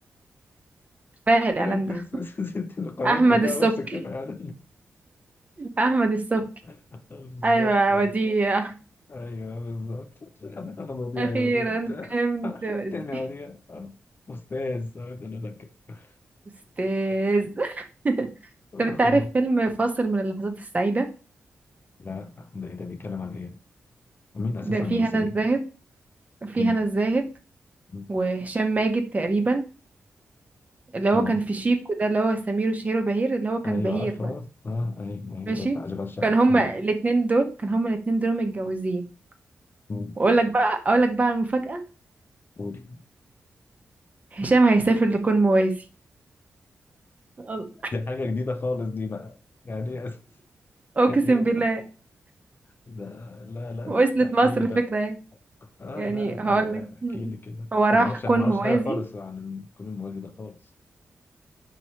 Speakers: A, on the right; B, on the left.
A: الإعلان
B: <laughs> إيه،
A: ده
B: ست القناه
A: أحمد
B: كلها
A: السبكي
B: وامسك تبقى قاعد
A: أحمد السبكي
B: <laughs> بالظبط
A: أيوة وديع
B: ايوه بالظبط انا أنا مضيع
A: أخيرا
B: يا وديع وبتاع
A: فهمت
B: <laughs>
A: وديع
B: تاني يا وديع استاذ أقعد اقول لك كده.
A: أستاذ <laughs>
B: <laughs>
A: طب أنت عارف فيلم فاصل من اللحظات السعيدة
B: لا ده ايه ده بيتكلم عن ايه ومين اساسا
A: ده فيه
B: الممثلين
A: هنا الزاهد فيه
B: مم.
A: هنا الزاهد
B: مم.
A: وهشام ماجد تقريبا اللي هو
B: اه
A: كان في شيكو ده اللي هو سمير وشهير وبهير اللي هو كان
B: ايوه
A: بهير
B: عارفه
A: بقى
B: اه آه، ايوه أيوة،
A: ماشي
B: اللي هو بتاع اشغال شقه
A: كان هما
B: اه
A: الاتنين دول كان هما الاتنين دول متجوزين
B: مم.
A: واقول لك بقى اقول لك بقى المفاجأة
B: قول.
A: هشام هيسافر لكون موازي أ-
B: دي حاجه جديده خالص دي بقى يعني ايه أس-
A: اقسم
B: يعني إيه؟
A: بالله
B: ده لا لا
A: وصلت
B: ده تحكي
A: مصر
B: لي
A: الفكرة
B: بقى
A: ايه
B: اه
A: يعني
B: لا
A: هقول
B: ده
A: لك
B: احكي لي كده
A: هو
B: عشان
A: راح
B: ما اعرفش
A: كون
B: ما اعرفش
A: موازي
B: حاجه خالص عن كل الموازي ده خالص